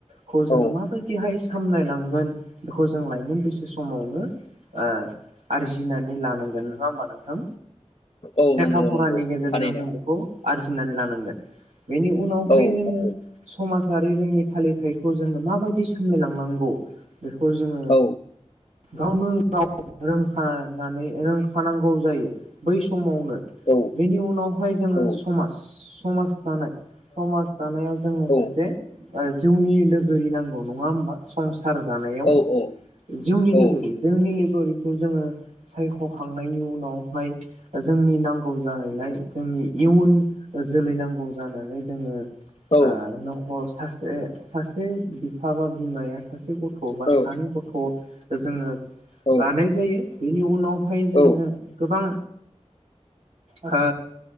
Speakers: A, on the right; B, on the left.
A: खौ जोङो
B: औ
A: मा। बेहाय सामलायलांगोन बेखौ जों लाइमोन बैसो समावनो ओ आरजिनानै लानांगोन नङा होमबा नोंथां।
B: औ
A: लेखा
B: नंगौ
A: फरानि
B: नंगौ
A: गेजेरजों
B: थारैनो
A: जों बेखौ आरजिनानै लानांगोन। बेनि उनावहाय
B: औ
A: जोङो
B: नंगौ
A: समाजारि जोंनि फालिथाय। जोङो माबायदि बिदि सामलायलांनांगौ बे खौ जोङो।
B: औ
A: गावनो गाव रोंखानानै रोंखानांगौ जायो बै समावनो
B: औ
A: बेनि उनावहाय जोङो
B: औ
A: समाज, समाज समाज दानायाव जोंनो
B: औ
A: सासे जिउनि लोगोरि नांगौ। नङा होमबा सार जानायाव
B: औ औ
A: जिउनि
B: औ
A: लोगोरि जोंनि लोगोरि बेखौ जोङो सायखखांनायनि उनावहाय जोंनि नांगौ जानायलाय जोंनि इयुन जोलै नांगौ जानानैालाय जोङो
B: औ
A: आ नखर स सासे हाबा बिमाया सासे गथ' गथ' बा
B: औ
A: सानै गथ' जोङो
B: औ
A: लानाय जायो। बेनि उनाव बेवहाय जोङो
B: औ
A: गोबां ओ